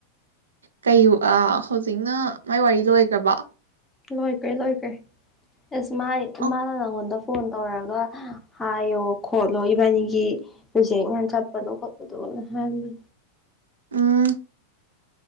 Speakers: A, on the right (about 65°); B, on the left (about 15°).
A: ꯀꯩ ꯑꯥ ꯍꯧꯖꯤꯛꯅ ꯃꯥꯏ ꯋꯥꯔꯤ ꯂꯣꯏꯒ꯭ꯔꯥꯕꯣ
B: ꯂꯣꯏꯒ꯭ꯔꯦ ꯂꯣꯏꯒ꯭ꯔꯦ ꯑꯦꯁ ꯃꯥ
A: ꯑꯣ
B: ꯃꯥꯅ ꯅꯉꯣꯟꯗ ꯐꯣꯟ ꯇꯧꯔꯒ ꯍꯥꯏꯌꯣ ꯈꯣꯠꯂꯣ ꯏꯕꯥꯅꯤꯒꯤ ꯔꯤꯖꯦꯛ ꯃꯌꯥꯝ ꯆꯠꯄꯗꯣ ꯈꯣꯠꯄꯗꯣ ꯍꯥꯏꯔꯝꯕꯅꯤ
A: ꯎꯝ